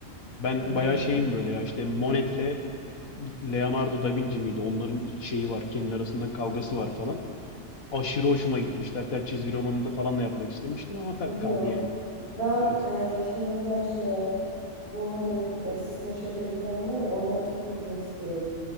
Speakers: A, on the left (about 85°); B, on the right (about 40°).
A: Ben
B: Hı hı.
A: bayağı şeyim böyle ya işte Monet'le Leonardo da Vinci miydi? Onların ilk şeyi var. Kendi arasında kavgası var falan. Aşırı hoşuma gitmişti. Hatta çizgi romanını falan da yapmak istemiştim ama
B: Ne
A: tabii
B: diyor?
A: kaldı yani.
B: Ben
A: Evet.
B: e, şimdi mesela şeye bu hani e, Sistine Şapeli falan var ya onlara çok gitmek istiyorum.